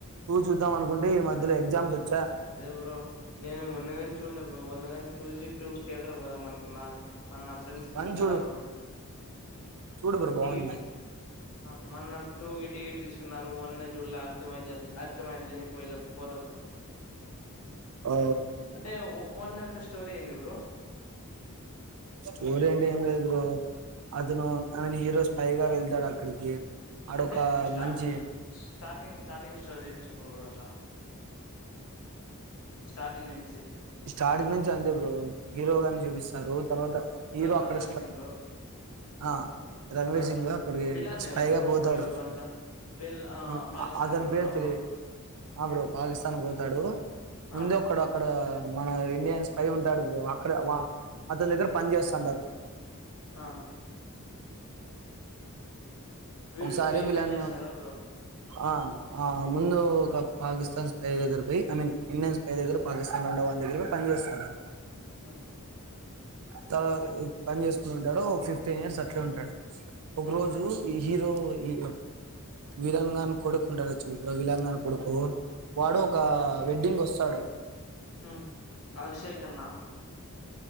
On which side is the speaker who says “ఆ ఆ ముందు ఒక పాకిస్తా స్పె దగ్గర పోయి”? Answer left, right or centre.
Right